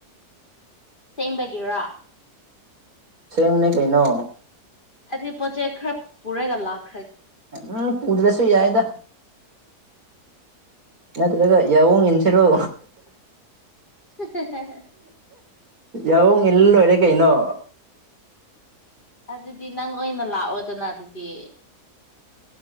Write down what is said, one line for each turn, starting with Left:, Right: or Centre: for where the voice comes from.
Left: ꯊꯦꯡꯕꯒꯤꯔꯥ
Right: ꯁꯦꯡꯕꯅꯦ ꯀꯩꯅꯣ
Left: ꯑꯩꯗꯨꯗꯤ ꯄꯣꯠ ꯆꯩ ꯈꯔ ꯄꯨꯔꯒ ꯂꯥꯛ
Right: ꯎꯝ ꯄꯨꯗ꯭ꯔꯁꯨ ꯌꯥꯏꯗ ꯅꯠꯇ꯭ꯔꯒ ꯌꯥꯑꯣꯡ ꯏꯟꯁꯤꯔꯣ
Left: <inaudible>
Right: ꯌꯥꯎꯌꯣꯡ ꯏꯜꯂ ꯂꯣꯏꯔꯦ ꯀꯩꯅꯣ
Left: ꯑꯗꯨꯗꯤ ꯅꯪ ꯑꯣꯏꯅ ꯂꯥꯛꯑꯣꯗꯅ ꯑꯗꯨꯗꯤ